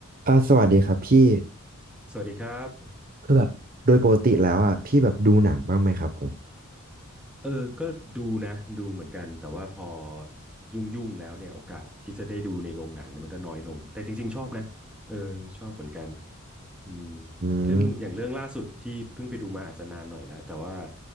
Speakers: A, on the right (about 40°); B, in the centre.
A: อ่าสวัสดีครับพี่
B: สวัสดีครับ
A: คือแบบโดยปกติแล้วอ่ะพี่แบบดูหนังบ้างไหมครับผม
B: เออก็ดูนะดูเหมือนกันแต่ว่าพอยุ่งๆแล้วเนี่ยโอกาสที่จะได้ดูในโรงหนังเนี่ยมันก็น้อยลงแต่จริงๆชอบนะเออชอบเหมือนกันอืม
A: อืม
B: เรื่องอย่างเรื่องล่าสุดที่เพิ่งไปดูมาอาจจะนานหน่อยแล้วแต่ว่า